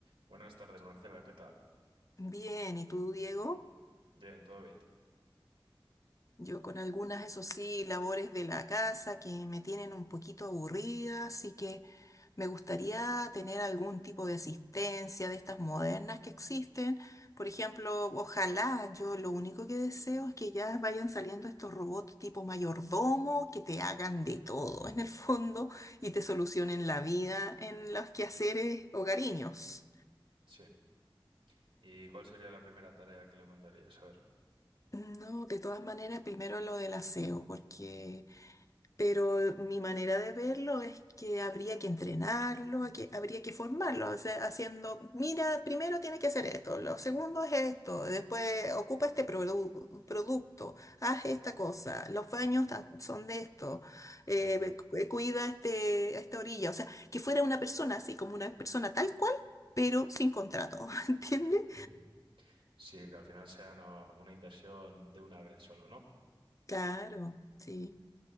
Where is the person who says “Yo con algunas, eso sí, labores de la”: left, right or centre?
Left